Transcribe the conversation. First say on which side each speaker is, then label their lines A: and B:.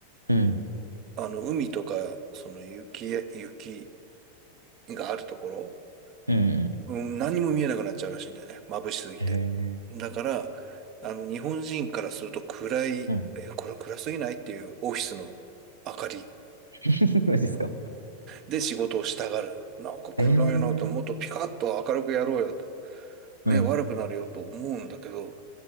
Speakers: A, on the right; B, on the right.
A: うん、
B: あの、海とか、その雪、雪があるところ、
A: うん、う
B: うん、何も見えなくなっちゃうらしいんだよね。眩しすぎて。
A: ん。へえ、
B: だから、あの、日本人からすると暗い、
A: うん。
B: え、これ暗すぎないっていうオフィスの明かり
A: <laughs> マジですか。
B: で仕事をしたがる。なんか暗いなと、
A: ええ、
B: もっとピカッと明るくやろうよと。目悪くなるよと思うんだけど、
A: うん、